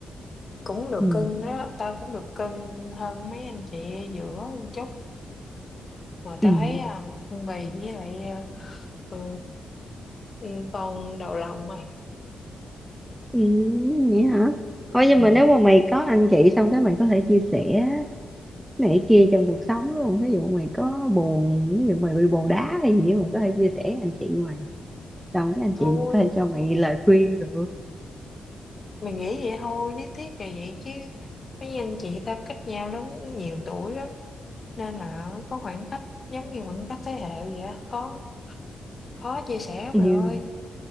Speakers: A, on the left (about 35°); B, in the centre.
A: cũng được
B: ừ
A: cưng đó tao cũng được cưng hơn mấy anh chị giữa một chút mà tao
B: ừ
A: thấy à, Hương Bì với lại ờ, ừ, ừ, con đầu lòng mày
B: Ừ, vậy hả? Ôi nhưng
A: ừ.
B: mà nếu mà mày có anh chị xong cái mày có thể chia sẻ này kia trong cuộc sống đúng không? Ví dụ mày có buồn, ví dụ mày bị bồ đá hay gì á, mày có thể chia sẻ với anh chị mày. Xong cái anh chị
A: thôi
B: mày có thể cho mày lời khuyên được.
A: mày nghĩ vậy thôi lý thuyết là vậy chứ mấy anh chị tao cách nhau lắm nhiều tuổi lắm nên là có khoảng cách giống như khoảng cách thế hệ vậy á khó khó chia sẻ lắm
B: Nhưng
A: mày ơi